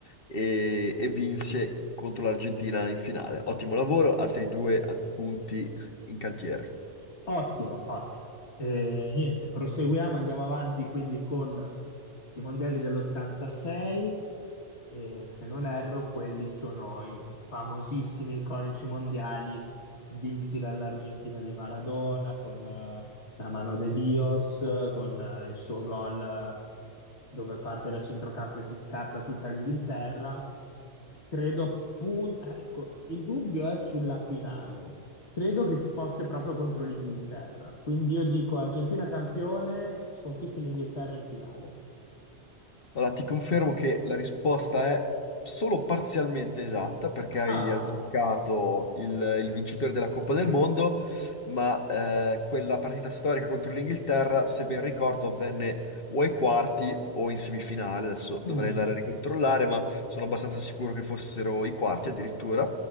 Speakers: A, on the left; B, on the left.
A: e, e vinse contro l'Argentina in finale. Ottimo lavoro, altri due eh, punti in cantiere.
B: Ottimo, ottimo. Eh, niente, proseguiamo, andiamo avanti quindi con i mondiali dell'86 e se non erro quelli sono i famosissimi, iconici mondiali vinti dall'Argentina di Maradona con eh, la mano de Dios, eh, con eh, il suo gol eh, dove parte da centrocampo e si scarta tutta l'Inghilterra Credo appunto, ecco, il dubbio è sulla finale. Credo che fosse proprio contro l'Inghilterra. Quindi io dico Argentina campione, sconfisse l'Inghilterra in finale.
A: Allora, ti confermo che la risposta è solo parzialmente esatta perché hai
B: Ah,
A: azzeccato il, il vincitore della Coppa del Mondo, ma eh, quella partita storica contro l'Inghilterra, se ben ricordo, avvenne o ai quarti o in semifinale. Adesso
B: mm,
A: dovrei andare a ricontrollare, ma sono abbastanza sicuro che fossero i quarti addirittura.